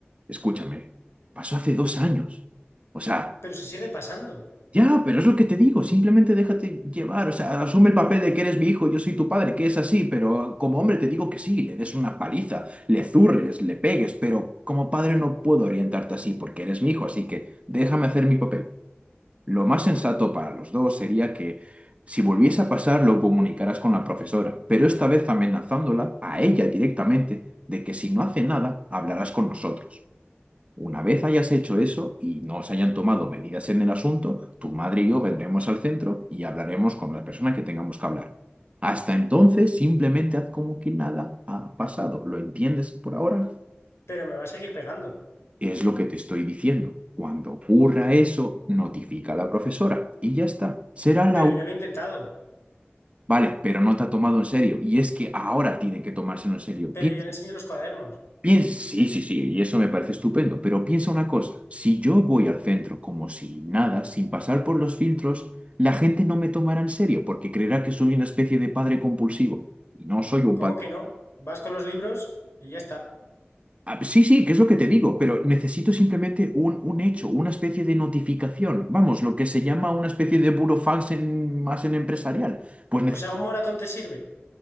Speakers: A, on the right (about 30°); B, on the left (about 85°).
A: escúchame. Pasó hace dos años. O sea,
B: Pero si sigue pasando.
A: ya, pero es lo que te digo. Simplemente déjate llevar. O sea, asume el papel de que eres mi hijo, yo soy tu padre, que es así. Pero como hombre te digo que sí, le des una paliza, le zurres, le pegues. Pero como padre no puedo orientarte así porque eres mi hijo. Así que déjame hacer mi papel. Lo más sensato para los dos sería que si volviese a pasar lo comunicarás con la profesora, pero esta vez amenazándola a ella directamente de que si no hace nada, hablarás con nosotros. Una vez hayas hecho eso y no os hayan tomado medidas en el asunto, tu madre y yo vendremos al centro y hablaremos con la persona que tengamos que hablar. Hasta entonces, simplemente haz como que nada ha pasado. ¿Lo entiendes por ahora?
B: Pero me va a seguir pegando.
A: Es lo que te estoy diciendo. Cuando ocurra eso, notifica a la profesora y ya está. Será la
B: Pero ya lo he intentado.
A: Vale, pero no te ha tomado en serio. Y es que ahora tiene que tomárselo en serio.
B: Pero
A: Piensa,
B: yo le enseño los cuadernos.
A: sí, sí, sí, y eso me parece estupendo, pero piensa una cosa, si yo voy al centro como si nada, sin pasar por los filtros, la gente no me tomará en serio porque creerá que soy una especie de padre compulsivo. Y no soy un
B: ¿Cómo
A: padre.
B: que no? Vas con los libros y ya está.
A: Ah, sí, sí, que es lo que te digo, pero necesito simplemente un, un hecho, una especie de notificación. Vamos, lo que se llama una especie de burofax en, más en empresarial. Pues necesito
B: O sea, un moratón te sirve.